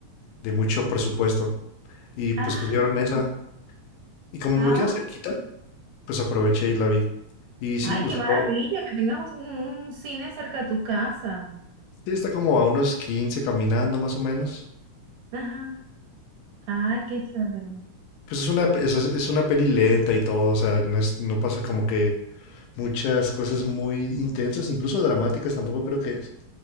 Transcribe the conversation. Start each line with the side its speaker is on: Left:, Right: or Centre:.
Left: de mucho presupuesto. Y pues
Right: Ah,
Left: pusieron esa. Y como
Right: ah,
Left: me queda cerquita, pues aproveché y la vi. Y sí
Right: Ay,
Left: me gustó.
Right: qué maravilla que tengas un, un cine cerca de tu casa.
Left: Sí, está como a unos quince caminando más o menos.
Right: Ajá. Ay, qué chévere.
Left: Pues es una, es, es una peli lenta y todo, o sea, no es, no pasa como que muchas cosas muy intensas, incluso dramáticas tampoco creo que es,